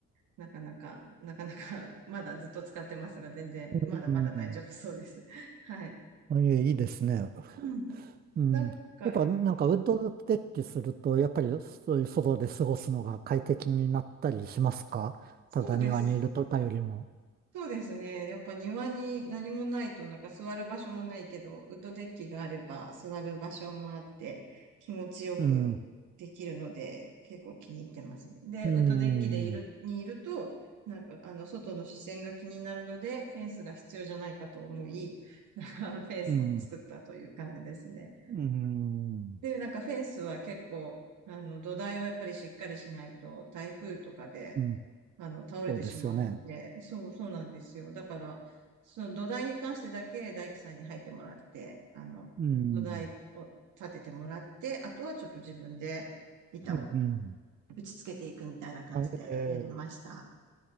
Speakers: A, on the right; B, on the right.
A: なかなか、なかなか、まだずっと使ってますが、全然、
B: うん。
A: まだまだ大丈夫そうです。はい。
B: いいいいですね。
A: うん
B: うん。
A: なんか、
B: やっぱなんかウッドデッキすると、やっぱりそういう外で過ごすのが快適になったりしますかただ庭にいるとかよりも。
A: そうです。そうですね。やっぱ庭に何もないと、なんか座る場所もないけど、ウッドデッキがあれば座る場所もあって、気持ちよく
B: うん。
A: できるので、結構気に入ってますね。で、
B: うん。
A: ウッドデッキでいる、
B: うん。
A: にいると、なんか、あの、外の視線が気になるので、フェンスが必要じゃないかと思い、<laughs> なんかフェンスも作ったという感じですね。
B: うん。
A: で、なんかフェンスは結構、あの、土台をやっぱりしっかりしないと、台風とかで、
B: うん。
A: あの、倒れてしまうので、
B: そうですよね。
A: そう、そうなんですよ。だから、その土台に関してだけ大工さんに入ってもらって、あの、
B: うん。
A: 土台を立ててもらって、あとはちょっと自分で板を
B: うん。うん
A: 打ち付けていくみたいな感じでやりました。
B: あえー、